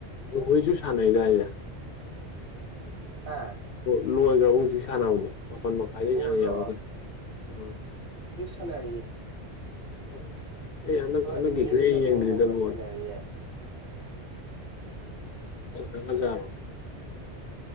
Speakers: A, on the left; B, on the right.
A: ꯈꯣꯏꯁꯨ ꯁꯥꯟꯅꯩꯗꯥꯏꯁꯦ
B: ꯍꯥꯥ
A: ꯂꯣꯏꯈ꯭ꯔꯕ ꯍꯧꯖꯤꯛ ꯁꯥꯟꯅꯕꯗꯣ ꯃꯥꯄꯜ ꯃꯈꯥꯏꯗꯩ
B: ꯕꯣꯜꯔꯣ
A: ꯁꯥꯟꯅ ꯌꯥꯔꯒꯅꯣ ꯑ
B: ꯅ
A: ꯑꯣ ꯑꯩ ꯍꯟꯗꯛ ꯍꯟꯗꯛꯀꯤꯁꯤꯦ
B: ꯏꯪꯂꯦꯟꯒ
A: ꯑꯩ
B: ꯀꯣꯡꯒꯣꯒ
A: ꯌꯦꯡꯗ꯭ꯔꯤꯗ ꯐꯣꯣꯟ
B: ꯁꯥꯟꯅꯔꯤꯌꯦ
A: ꯀꯒꯖꯔꯣ